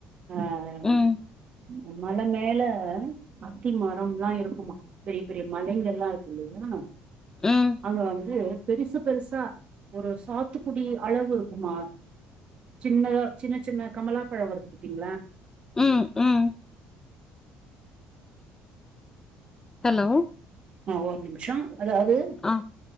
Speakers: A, on the right; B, on the left.
A: ஆஹ்ஹ்
B: ம்
A: மல மேல அத்தி மரம் எல்லாம் இருக்குமா பெரிய பெரிய மலைகள்லாம் இருக்கு இல்லையா
B: ம்
A: அங்க வந்து பெரிசுப் பெருசா ஒரு சாத்துக்குடி அளவு இருக்குமா சின்னதா சின்ன சின்ன கமலாப்பழம் வருது பாத்தீங்களா
B: உம் உம் ஹலோ
A: அ ஒரு நிமிஷோ அதாவது
B: ஆ